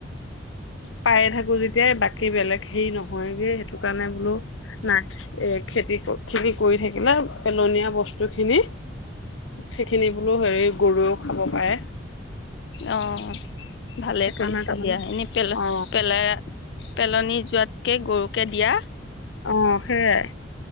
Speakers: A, on the left (about 80°); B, on the left (about 60°).
A: পায়ে থাকো যেতিয়াই বাকী সে বেলেগ সেই ন' হয়গে সেইটো ইটো কাৰণে বোলো নাই এ খেতি, খেতি কৰি থাকিলে পেলনীয়া বস্তু খিনি সেইখিনি বোলো হেৰি গৰুও খাব পাৰে।
B: অ'। ভালে
A: সেইকাৰণে
B: কৰিছা
A: তাৰমানে
B: দিয়া এনেই পেল-পেলাই
A: অ
B: পেলনি যোৱাত তকে গৰুকে দিয়া।
A: অ', সেইয়াই।